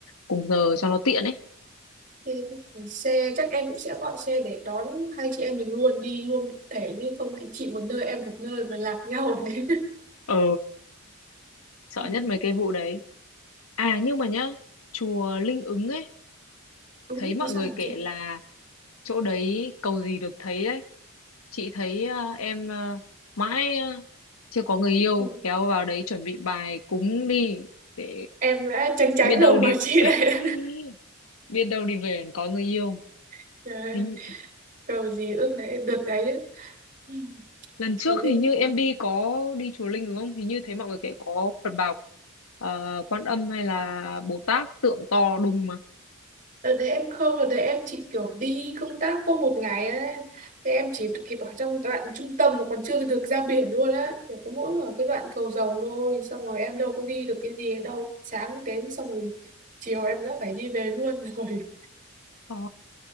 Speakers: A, on the left; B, on the right.
A: cùng giờ cho nó tiện ấy
B: Thì xe chắc em cũng sẽ gọi xe để đón hai chị em mình luôn đi luôn một thể nhưng không lại chị một nơi em một nơi mà lạc nhau <laughs> đấy
A: ờ sợ
B: ừ,
A: nhất mấy cái vụ đấy à nhưng mà nhá chùa Linh Ứng ấy
B: đúng
A: thấy mọi
B: thế
A: người
B: sao hả
A: kể
B: chị
A: là chỗ đấy cầu gì được thấy đấy chị thấy ờ, em ờ, mãi ờ, chưa có người yêu
B: ừ.
A: khéo vào đấy chuẩn bị bài cúng đi để
B: em đã tránh tránh
A: biết đâu
B: rồi
A: đi
B: mà chị lại
A: <laughs> biết đâu đi về còn có người yêu
B: <laughs> đấy,
A: hình,
B: cầu gì ước đấy được đấy ừ.
A: lần
B: chúa
A: trước
B: linh
A: hình như
B: nữa
A: em đi có đi chùa Linh đúng không hình như thấy mọi người kể có Phật Bảo ờ, Quan Âm hay là Bồ Tát tượng to đùng mà
B: Đợt đấy em không, đợt đấy em chỉ kiểu đi công tác có một ngày ấy. Thế em chỉ kịp ở trong đoạn trung tâm mà còn chưa được ra biển luôn á. Chỉ có mỗi ở cái đoạn cầu Rồng thôi. Xong rồi em đâu có đi được cái gì đâu. Sáng đến xong rồi chiều em đã phải đi về luôn <laughs> rồi.
A: Ờ